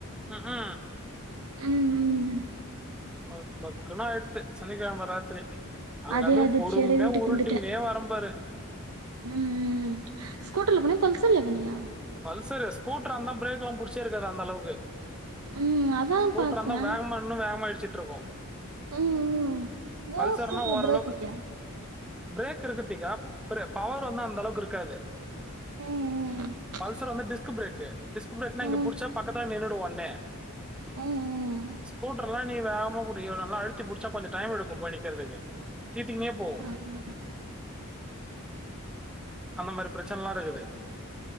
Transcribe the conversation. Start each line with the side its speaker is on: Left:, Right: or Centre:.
Centre: ஆ ஆ
Right: ம் ம் ம்
Centre: பக் பக்குனு ஆயிடுத்து சனி கிழமா ராத்திரி அங்க
Right: அதே
Centre: இருந்து
Right: அதிர்ச்சியோட
Centre: பொறுமையா
Right: வீட்டுக்கு
Centre: உருட்டிகினே
Right: வந்துட்டே
Centre: வரம் பாரு
Right: ம் ம் ம் ஸ்கூட்டர்ல போனியா பல்சர்ல போனியா
Centre: பல்சரு ஸ்கூட்ரா இருந்தா பிரேக்லா பிடிச்சே இருக்காது அந்த அளவுக்கு
Right: ம் அதா
Centre: ஸ்கூட்டரா
Right: பாத்தே
Centre: இருந்தா வேகமா இன்னு வேகமா இடுச்சுட்டு இருக்கு
Right: ம் ம்
Centre: பல்சர்னா
Right: ஏ ஸ்கூட்டர்ல
Centre: ஓரளவுக்கு
Right: பிரேக் இல்லையா
Centre: பிரேக் இருக்குத்திக்கா பாரு பவர் வந்து அந்த அளவுக்கு இருக்காது
Right: ம் ம் ம்
Centre: பல்சர் வந்து டிஸ்க் பிரேக்கு டிஸ்க் பிரேக்னா
Right: ம்
Centre: இங்க புடிச்சா பக்கத்துல நின்னுடூ ஒன்னே
Right: ம் ம்
Centre: ஸ்கூட்டர்லா நீ வேகமா புடிக்கினு நல்லா அழுத்தி புடிச்சா கொஞ்சொ டைம் எடுக்கும் போயி நிக்கரதுக்கு தீத்தீங்னே போ
Right: ஆமா
Centre: அந்த மாறி பிரச்சனலா இருக்குது